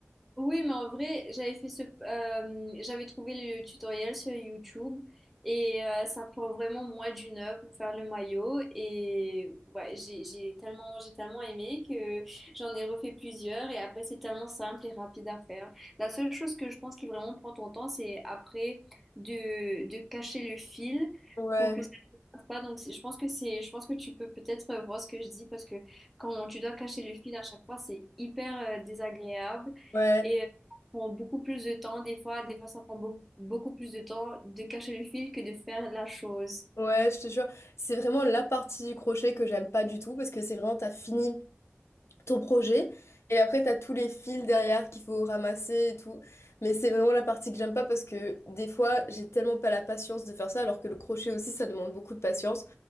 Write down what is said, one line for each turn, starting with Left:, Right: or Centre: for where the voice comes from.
Centre: Oui, mais en vrai, j'avais fait ce, euh, j'avais trouvé le tutoriel sur YouTube et euh, ça prend vraiment moins d'une heure pour faire le maillot et ouais, j'ai j'ai tellement j'ai tellement aimé que j'en ai refait plusieurs et après c'est tellement simple et rapide à faire. La seule chose que je pense qui vraiment prend ton temps, c'est après de de cacher le fil
Left: Ouais,
Centre: pour que ça ne passe pas. Donc c'est- je pense que c'est, je pense que tu peux peut-être voir ce que je dis parce que quand tu dois cacher le fil à chaque fois, c'est hyper euh, désagréable.
Left: ouais,
Centre: Et euh, ça prend beaucoup plus de temps, des fois, des fois ça prend beau- beaucoup plus de temps de cacher le fil que de faire la chose.
Left: ouais, je te jure. C'est vraiment la partie du crochet que j'aime pas du tout parce que c'est vraiment, t'as fini ton projet et après, t'as tous les fils derrière qu'il faut ramasser et tout. Mais c'est vraiment la partie que j'aime pas parce que des fois, j'ai tellement pas la patience de faire ça, alors que le crochet aussi, ça demande beaucoup de patience.